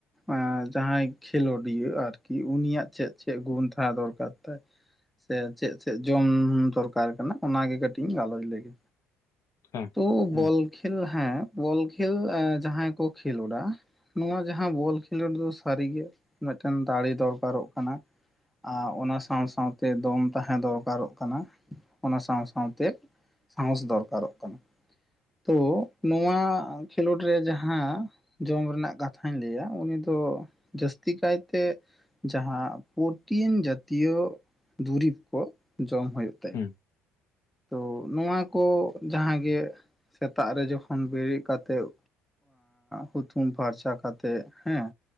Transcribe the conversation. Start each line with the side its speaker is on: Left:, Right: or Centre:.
Centre: ᱮ ᱡᱟᱦᱟᱸᱭ ᱠᱷᱮᱞᱳᱰᱤᱭᱟᱹ ᱟᱨᱠᱤ ᱩᱱᱤᱭᱟᱜ ᱪᱮᱫ ᱪᱮᱫ ᱜᱩᱱ ᱛᱟᱦᱮᱸ ᱫᱚᱨᱠᱟᱨ ᱛᱟᱭ ᱥᱮ ᱪᱮᱫ ᱪᱮᱫ ᱡᱚᱢ ᱫᱚᱨᱠᱟᱨ ᱠᱟᱱᱟ ᱚᱱᱟᱜᱮ ᱠᱟᱹᱴᱤᱡ ᱤᱧ ᱜᱟᱞᱚᱪ ᱞᱮᱜᱮ
Left: ᱦᱮᱸ
Centre: ᱛᱚ
Left: ᱦᱩᱸ
Centre: ᱵᱚᱞ ᱠᱷᱮᱞ ᱦᱮᱸ ᱵᱚᱞ ᱠᱷᱮᱞ ᱡᱟᱦᱟᱸᱭ ᱠᱚ ᱠᱷᱮᱞᱳᱰᱟ ᱱᱚᱣᱟ ᱡᱟᱦᱟᱸ ᱵᱚᱞ ᱠᱷᱮᱞᱳᱰ ᱫᱚ ᱥᱟᱹᱨᱤᱜᱮ ᱢᱤᱫᱴᱮᱱ ᱫᱟᱲᱮ ᱫᱚᱨᱠᱟᱨᱚᱜ ᱠᱟᱱᱟ᱾ ᱟᱨ ᱚᱱᱟ ᱥᱟᱶ ᱥᱟᱶᱛᱮ ᱫᱚᱢ ᱛᱟᱦᱮᱸ ᱫᱚᱨᱠᱟᱨᱚᱜ ᱠᱟᱱᱟ᱾ ᱚᱱᱟ ᱥᱟᱶ ᱥᱟᱶᱛᱮ ᱥᱟᱦᱚᱥ ᱫᱚᱨᱠᱟᱨᱚᱜ ᱠᱟᱱᱟ᱾ ᱛᱚ ᱱᱚᱣᱟ ᱠᱷᱮᱞᱳᱰ ᱨᱮ ᱡᱟᱦᱟᱸ ᱡᱚᱢ ᱨᱮᱱᱟᱜ ᱠᱟᱛᱷᱟᱧ ᱞᱟᱹᱭᱟ ᱩᱱᱤ ᱫᱚ ᱡᱟᱹᱥᱛᱤ ᱠᱟᱭᱛᱮ ᱡᱟᱦᱟᱸ ᱯᱨᱚᱴᱤᱱ ᱡᱟᱛᱤᱭᱚ ᱫᱩᱨᱤᱵᱽ ᱠᱚ ᱡᱚᱢ ᱦᱩᱭᱳᱜ ᱛᱟᱭᱟ᱾
Left: ᱦᱮᱸ
Centre: ᱛᱚ ᱱᱚᱣᱟ ᱠᱚ ᱡᱟᱦᱟᱸᱜᱮ ᱥᱮᱛᱟᱜ ᱨᱮ ᱡᱚᱠᱷᱚᱱ ᱵᱮᱨᱮᱫ ᱠᱟᱛᱮᱫ ᱦᱩᱛᱩᱢ ᱯᱷᱟᱨᱪᱟ ᱠᱟᱛᱮᱜ ᱦᱮᱸ